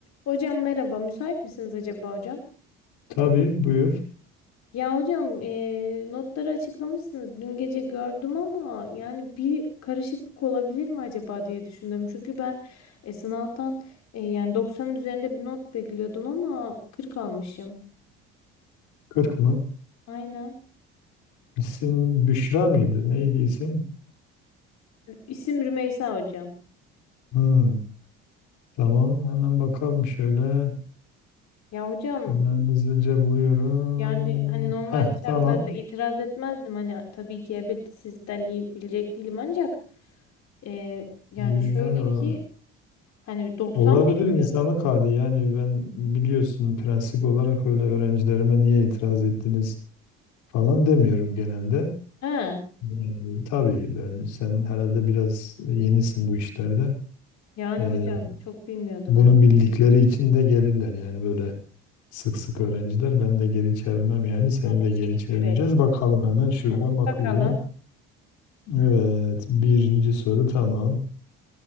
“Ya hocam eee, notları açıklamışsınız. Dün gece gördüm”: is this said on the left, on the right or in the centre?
Left